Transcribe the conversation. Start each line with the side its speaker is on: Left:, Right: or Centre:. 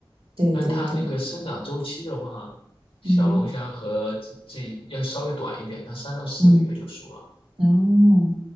Right: 对对对，
Left: 但它那个生长周期的话，小龙虾和这这要稍微短一点，
Right: 嗯
Left: 它三到四个月就熟了。
Right: 嗯，哦，